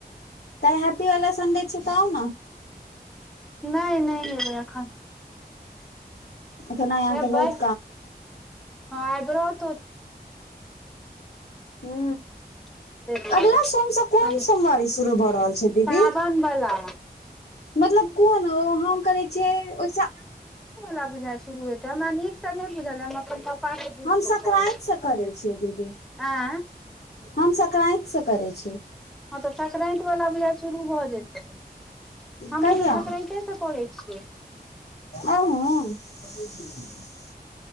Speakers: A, on the left; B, in the centre.
A: त हैप्पी वाला संडे छै तउ ने
B: नहि नहि लबै एखन
A: एखन अहाँके
B: ऐबे
A: बहुत
B: हँ आइ बत्त
A: हू
B: ताहि दुआरे
A: अगिला
B: कनि
A: सोमसँ कोन सोमवारी शुरू भऽ रहल छै दीदी
B: सावन बला
A: मतलब कोन ओ हम करै छियै ओहिसँ
B: ला बुझाइ शुरू होेतै हमरा नीक से नहि बुझलै हम अपन पप्पा से बुझि
A: हम
B: कऽ
A: संकराान्त
B: कहबै
A: से करै छियै दीदी
B: आँय
A: हम संक्रान्त से करै छियै
B: हँ तऽ संक्रानति वालला बझा शुरू भऽ जेतै हमहूँ
A: कहिया
B: तऽ संक्रान्तेसँ करै छियै
A: आहू <unintelligible>